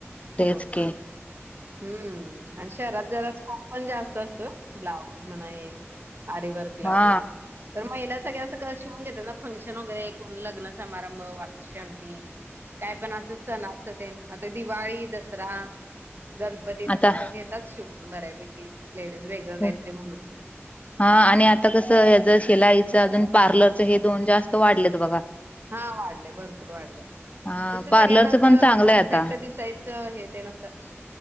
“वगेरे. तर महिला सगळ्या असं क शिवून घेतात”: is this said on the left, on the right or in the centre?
Right